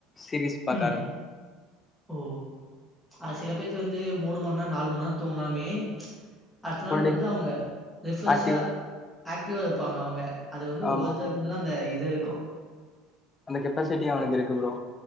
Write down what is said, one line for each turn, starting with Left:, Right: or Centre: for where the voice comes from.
Left: சீரிஸ் பக்கா
Centre: ம்.
Left: ஆரம்
Centre: ஓ அது சில பேத்துக்கு வந்து மூணு மண் நேரோ நாலு மண் நேரோ தூங்கினாலுமே அடுத்த
Left: ஃபுல்
Centre: நாள்
Left: டே
Centre: வந்து அவங்க ரிஃப்ரெஷ்ஷாக
Left: ஆக்டிவா
Centre: ஆக்டிவாக இருப்பாங்க அவங்க அது வந்து
Left: ஆமா
Centre: ஒவ்வொருத்த இங்க தா அந்த இது இர்க்கு
Left: அந்த கெப்பாசிட்டி அவனுக்கு இருக்கு ப்ரோ